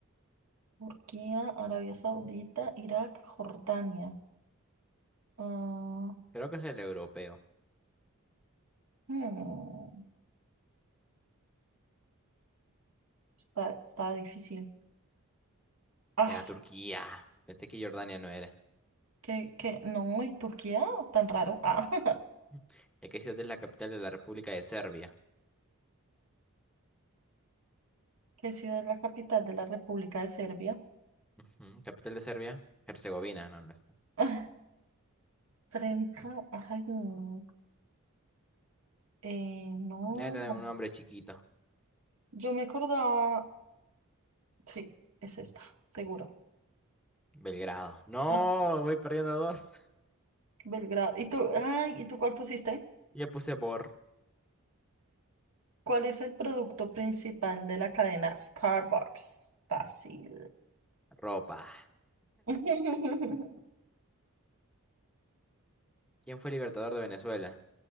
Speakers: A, on the right (about 70°); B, in the centre.
A: Turquía, Arabia Saudita, Irak, Jordania. Ah,
B: Creo que es el europeo.
A: hmm, está, está difícil. Ay,
B: Era Turquía. Pensé que Jordania no era.
A: que, que no, ¿y Turquía? Tan raro. Ah. <laughs>
B: <laughs> ¿De qué ciudad es la capital de la República de Serbia?
A: ¿Qué ciudad es la capital de la República de Serbia?
B: Ujú, ¿Capital de Serbia? Herzegovina. No, no está.
A: <laughs> Sremka, ay, no, eh, no,
B: Debe tener
A: no.
B: un nombre chiquito.
A: yo me acordaba, sí, es esta, seguro.
B: Belgrado. No,
A: Ah,
B: voy perdiendo dos. <laughs>
A: Belgrado. ¿Y tú, ay, ¿y tú cuál pusiste?
B: Ya puse Bor.
A: ¿Cuál es el producto principal de la cadena Starbucks? Fácil.
B: Ropa.
A: <laughs>
B: ¿Quién fue el libertador de Venezuela?